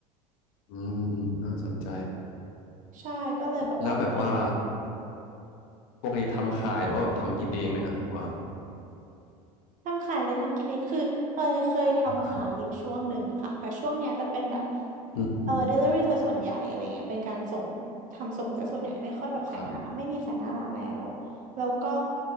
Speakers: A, on the left; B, on the right.
A: อืมอืมน่าสนใจ
B: ใช่ ก็เลยแบบว่าไม่ได้
A: แล้วแบบว่า ปกติทำขายหรือว่าแบบทำกินเองไหมครับหรือว่า
B: ทำขายเลยทำกินเองคือเคยเคยทำขายอยู่ช่วงหนึ่งค่ะ
A: ทำขาย
B: แต่ช่วงเนี้ยจะเป็นแบบ
A: อืม
B: เออ delivery ซะส่วนใหญ่อะไรเงี้ยเป็นการส่งทำส่งซะส่วนใหญ่ไม่ค่อยแบบขายหน้าร้านไม่มีขายหน้าร้านแล้ว
A: ครับ
B: แล้วก็